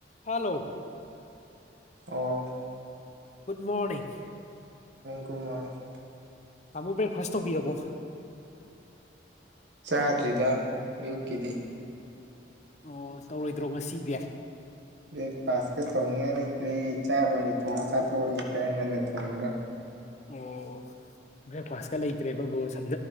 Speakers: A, on the left; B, on the right.
A: hello
B: ꯑꯣ
A: good morning
B: ꯀꯨꯝꯃꯥꯡ
A: ꯇꯥꯃꯣ ꯕ꯭ꯔꯦꯛꯐꯥꯁ ꯇꯧꯕꯤꯔꯔꯕꯣ
B: ꯆꯗ꯭ꯔꯤꯗ ꯏꯨ ꯀꯗꯤ
A: ꯑꯣ ꯇꯧꯔꯣꯏꯗ꯭ꯔꯣ ꯉꯁꯤꯗꯤ
B: ꯕ꯭ꯔꯦꯛꯐꯥꯁꯀ ꯇꯧꯅꯤꯡꯉꯥꯏ ꯂꯩꯇ꯭ꯔꯦ ꯆꯥꯛ ꯑꯣꯏꯅ ꯊꯣꯡꯉ ꯆꯥꯊꯣꯛꯑꯅꯤ ꯈꯔ ꯉꯟꯅ ꯊꯣꯡꯉꯒ
A: ꯑꯣ ꯕ꯭ꯔꯦꯛꯐꯥꯁꯀ ꯂꯩꯇ꯭ꯔꯦꯕ ꯒ꯭ꯔꯣꯁ